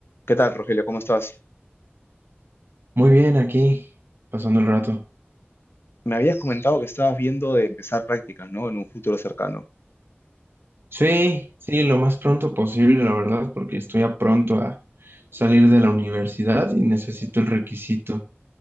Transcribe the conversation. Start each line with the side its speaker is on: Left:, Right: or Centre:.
Left: ¿Qué tal, Rogelio? ¿Cómo estás?
Right: Muy bien, aquí, pasando el rato.
Left: Me habías comentado que estabas viendo de empezar prácticas, ¿no? En un futuro cercano.
Right: Sí, sí, lo más pronto posible, la verdad, porque estoy a pronto a salir de la universidad y necesito el requisito.